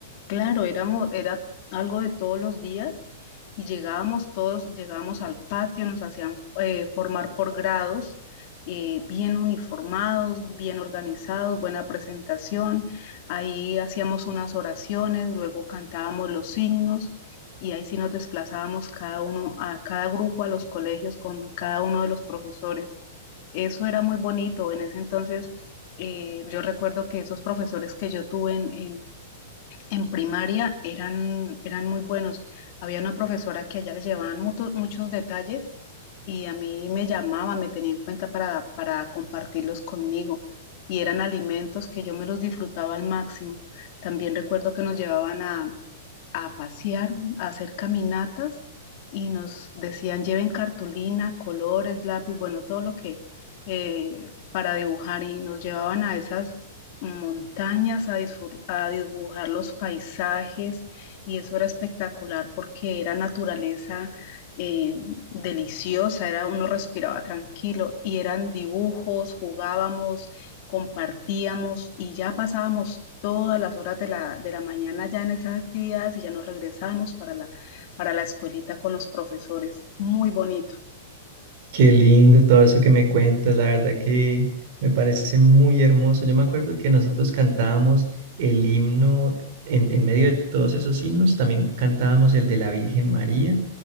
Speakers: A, on the left; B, on the right.
A: Claro, éramos, era algo de todos los días y llegábamos todos, llegábamos al patio, nos hacían eh, formar por grados, eh, bien uniformados, bien organizados, buena presentación. Ahí hacíamos unas oraciones, luego cantábamos los signos y ahí sí nos desplazábamos cada uno, a cada grupo, a los colegios con cada uno de los profesores. Eso era muy bonito. En ese entonces, eh, yo recuerdo que esos profesores que yo tuve en, en en primaria eran, eran muy buenos. Había una profesora que a ella le llevaban mucho- muchos detalles y a mí me llamaba, me tenía en cuenta para, para compartirlos conmigo. Y eran alimentos que yo me los disfrutaba al máximo. También recuerdo que nos llevaban a, a pasear, a hacer caminatas y nos decían lleven cartulina, colores, lápiz, bueno, todo lo que eh, para dibujar y nos llevaban a esas montañas a, disfr- a dibujar los paisajes y eso era espectacular porque era naturaleza eh, deliciosa, era uno respiraba tranquilo y eran dibujos, jugábamos, compartíamos y ya pasábamos todas las horas de la, de la mañana ya en esas actividades y ya nos regresábamos para la, para la escuelita con los profesores. Muy bonito.
B: Qué lindo todo eso que me cuentas, la verdad que me parece muy hermoso. Yo me acuerdo que nosotros cantábamos el himno, en, en medio de todos esos himnos, también cantábamos el de la Virgen María.